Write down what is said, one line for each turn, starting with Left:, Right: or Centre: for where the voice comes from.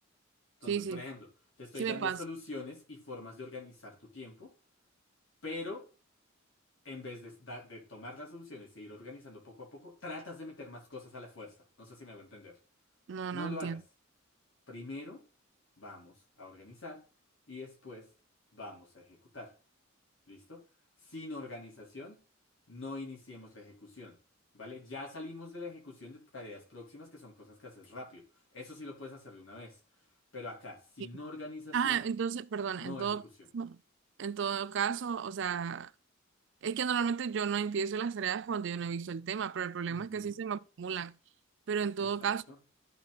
Left: Entonces,
Right: Sí, sí,
Left: por ejemplo, te estoy
Right: sí
Left: dando
Right: me pasa.
Left: soluciones y formas de organizar tu tiempo, pero en vez de, da- de tomar las soluciones e ir organizando poco a poco, tratas de meter más cosas a la fuerza. No sé si me hago entender.
Right: No,
Left: No
Right: no
Left: lo
Right: entiendo.
Left: hagas. Primero vamos a organizar y después vamos a ejecutar. ¿Listo? Sin organización, no iniciemos la ejecución. ¿Vale? Ya salimos de la ejecución de tareas próximas que son cosas que haces rápido. Eso sí lo puedes hacer de una vez. Pero acá, sin
Right: Sí.
Left: organización,
Right: Ah, entonces, perdón,
Left: no
Right: en todo,
Left: ejecución.
Right: en todo caso, o sea, es que normalmente yo no empiezo las tareas cuando yo no he visto el tema, pero el problema
Left: Ujú,
Right: es que sí se me acumulan. Pero en todo
Left: exacto.
Right: caso,